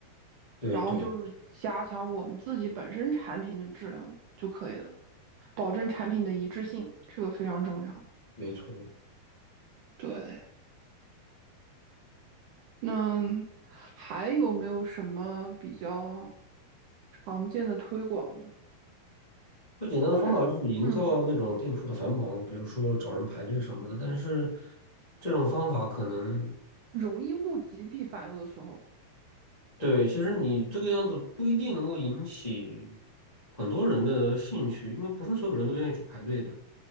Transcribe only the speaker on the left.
对对，
没错。
最简单的方法就是营造那种店铺的繁忙，
比如说找人排队什么的。但是这种方法可能
对，其实你这个样子不一定能够引起很多人的兴趣，因为不是所有人都愿意去排队的。